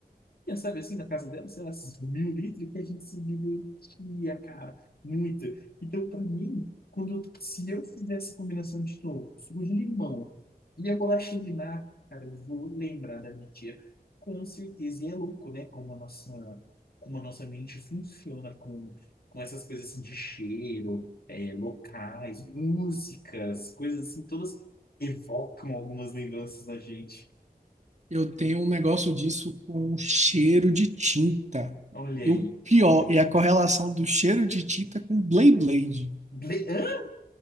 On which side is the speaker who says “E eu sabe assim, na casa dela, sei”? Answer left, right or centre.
Left